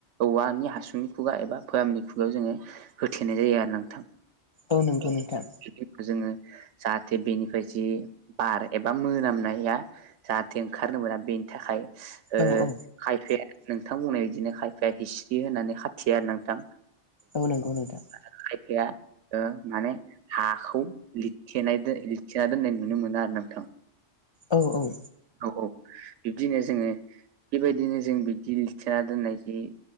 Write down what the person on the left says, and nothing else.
औ नंगौ
नोंथां
औ औ
औ नंगौ नोंथा।
औ-औ